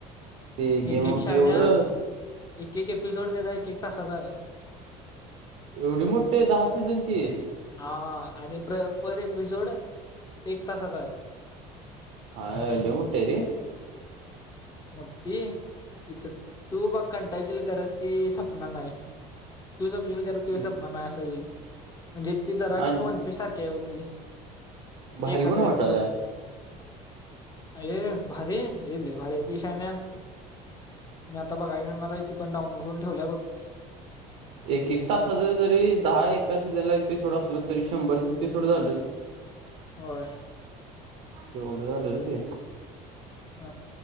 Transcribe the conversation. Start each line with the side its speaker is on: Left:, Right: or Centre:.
Right: ते गेम
Left: एक, एक
Right: ऑफ
Left: शहाण्या
Right: एवढं
Left: एक, एक एपिसोड त्याचा एक, एक तासाचा आहे.
Right: एवढी मोठी दहा सिजनची!
Left: हा आणि प्र पर एपिसोड एक तासाचा आहे.
Right: हाय लय मोठीय रे
Left: मोठी इथं तू बघ कंटाळचील खरं ती संपनार नाही. तूच संपशील कर तु
Right: ते.
Left: संपणार नाहीत असं येईल म्हणजे ती जरा का
Right: आणि
Left: मी वनपीस सारखी आहे. बघ ती,
Right: भारी
Left: एक हजार
Right: पण वाटाल्या
Left: एपिसोड अयय भारी लय भारी! देशान मी आता बघायला घेणार आहे. ती पण डाउनलोड करुन ठेवलीय बघ.
Right: एक एक तासाच जरी दहा एका सीझनला एपिसोड असल तरी शंभर एपिसोड झालं.
Left: होय.
Right: तेवढं झालं रे ते
Left: अ